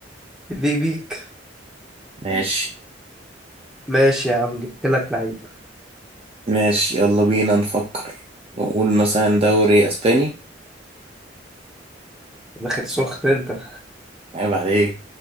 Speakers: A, in the centre; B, on the right.
A: يليق بيك
B: ماشي
A: ماشي يا عم جبت لك لعيب
B: ماشي يلا بينا نفكر نقول مثلا دوري اسباني
A: داخل سخن انت في
B: عيب عليك